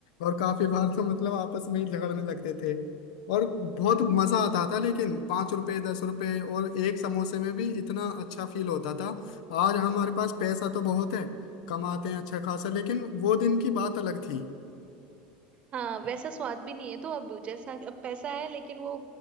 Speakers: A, on the left (about 80°); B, on the right (about 30°).
A: और काफी बार तो मतलब आपस में ही झगड़ने लगते थे और बहुत मजा आता था लेकिन पांच रुपए दस रुपए और एक समोसे में भी इतना अच्छा फील होता था आज हमारे पास पैसा तो बहुत है कमाते हैं अच्छा खासा लेकिन वो दिन की बात अलग थी
B: हाँ वैसा स्वाद भी नहीं है तो अब जैसा अब पैसा है लेकिन वो